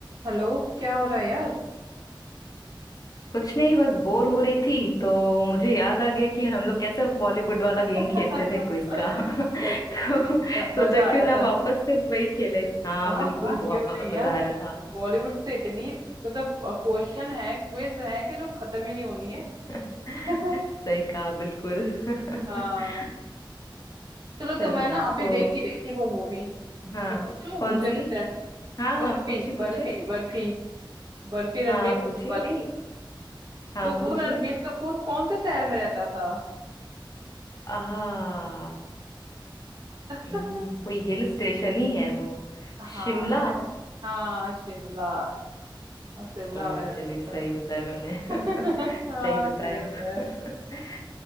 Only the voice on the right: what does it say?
हेलो क्या हो रहा है यार
<laughs>
सच में
मजा
मजा
आया
था ना
हाँ
हाँ क्यों
नहीं यार
बॉलीवुड में तो इतनी मतलब क्वेश्चन है क्विज है कि जो खत्म ही नहीं होनी है
<laughs>
हाँ चलो
तो मैं ना अभी
देख ही रही थी वो मूवी
मैं पूछूं
मुझे
रिसेंट
बर्फी
बर्फी
बर्फी बर्फी
रणबीर
कपूर वाली
तो वो
रणबीर कपूर कौन से शहर में रहता था
<laughs>
हाँ
हाँ शिमला हाँ, शिमला
में रहता
था
<laughs>
हाँ
सही बताया